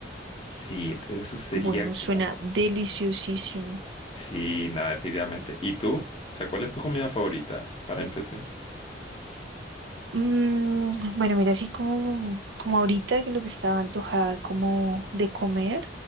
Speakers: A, on the left; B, on the right.
A: sí, entonces eso sería
B: bueno,
A: como...
B: suena deliciosísimo.
A: Sí, nada, definitivamente. ¿Y tú? O sea, ¿cuál es tu comida favorita para empezar?
B: Mm, bueno, mira, así como, como ahorita que lo que estaba antojada como de comer,